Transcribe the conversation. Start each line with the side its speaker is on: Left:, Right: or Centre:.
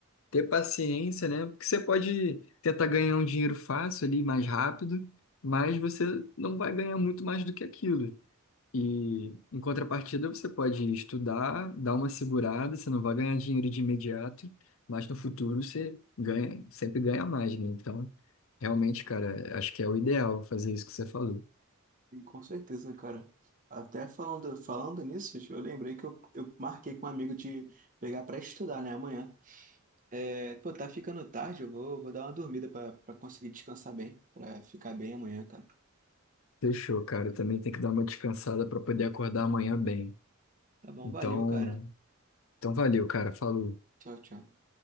Left: ter paciência, né? Porque você pode tentar ganhar um dinheiro fácil ali, mais rápido, mas você não vai ganhar muito mais do que aquilo. E em contrapartida, você pode estudar, dar uma segurada, você não vai ganhar dinheiro de imediato, mas no futuro você ganha, sempre ganha mais, né? Então, realmente, cara, acho que é o ideal fazer isso que você falou.
Right: Sim, Com certeza, cara. Até falando, falando nisso, eu lembrei que eu, eu marquei com um amigo de pegar pra estudar, né, amanhã. É, pô, tá ficando tarde, eu vou, vou dar uma dormida pra pra conseguir descansar bem, pra ficar bem amanhã, cara.
Left: Fechou, cara. Eu também tem que dar uma descansada para poder acordar amanhã bem.
Right: Tá bom,
Left: Então,
Right: valeu, cara.
Left: então valeu, cara. Falou.
Right: Tchau, tchau.